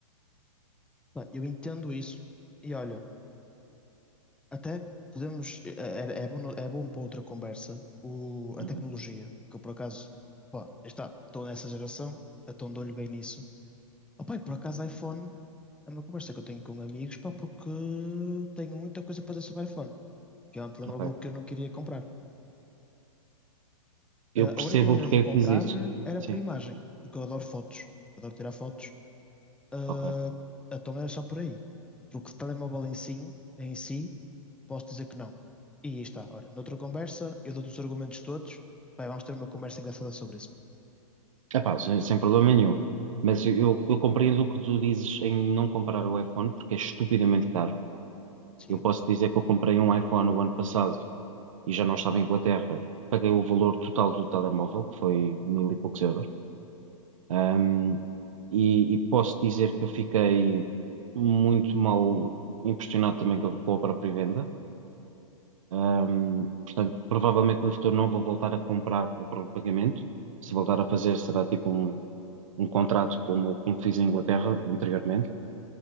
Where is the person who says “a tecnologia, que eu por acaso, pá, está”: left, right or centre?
Centre